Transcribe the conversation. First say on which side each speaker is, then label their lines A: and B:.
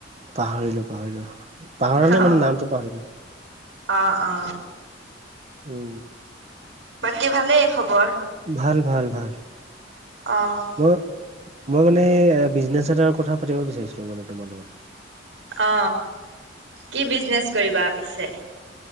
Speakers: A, on the right; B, on the right.
A: পাহৰিলো পাহৰিলো। পাহাৰ
B: অ
A: মানে নামটো পাহৰিলো।
B: অ অ
A: উম
B: বাকী ভালেই খবৰ
A: ভাল ভাল ভাল
B: আহঁ
A: মই মই মানে এ বিজনেছ এটাৰ কথা পাতিব বিচাৰিছিলো মানে তোমাৰ লগত,
B: অ কি বিজনেচ কৰিবা পিছে?